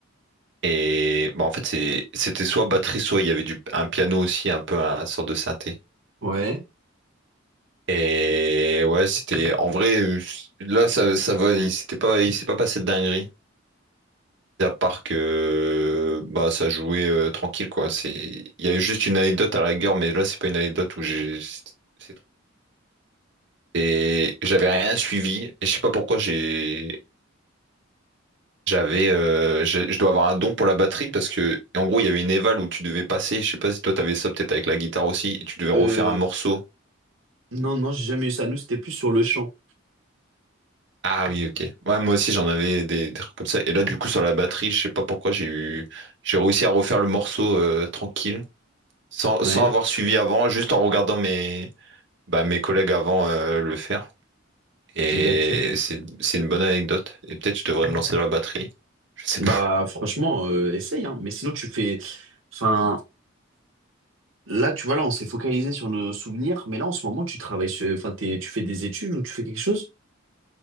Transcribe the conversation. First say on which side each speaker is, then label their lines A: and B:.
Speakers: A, on the right (about 65°); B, on the right (about 85°).
A: Et bah, en fait, c'est, c'était soit batterie, soit il y avait du, un piano aussi, un peu un, sorte de synthé.
B: Ouais.
A: Et ouais, c'était, en vrai, euh, là, ça, ça va, il s'était pas, il s'est pas passé de dinguerie. À part que, bah, ça jouait euh, tranquille, quoi. C'est, il y a eu juste une anecdote à la rigueur, mais là, c'est pas une anecdote où j'ai, c'est et j'avais rien suivi. Et je sais pas pourquoi j'ai j'avais euh, j'ai- je dois avoir un don pour la batterie parce que en gros il y avait une éval où tu devais passer, je sais pas si toi t'avais ça peut-être avec la guitare aussi, et tu devais refaire
B: Euh,
A: un morceau.
B: non, non, j'ai jamais eu ça. Nous, c'était plus sur le champ.
A: Ah oui, ok. Ouais, moi aussi j'en avais des, des trucs comme ça. Et là du coup sur la batterie, je sais pas pourquoi j'ai eu j'ai réussi à refaire le morceau euh, tranquille, sans,
B: Ouais,
A: sans avoir suivi avant, juste en regardant mes bah, mes collègues avant euh, le faire. Et
B: j'ai capté.
A: c'est c'est une bonne anecdote. Et peut-être je devrais me lancer dans la batterie. Je sais
B: Bah,
A: pas.
B: franchement, euh, essaye, hein. Mais sinon, tu fais. Enfin, là, tu vois, là, on s'est focalisé sur nos souvenirs. Mais là, en ce moment, tu travailles sur. Enfin, t'es- tu fais des études ou tu fais quelque chose?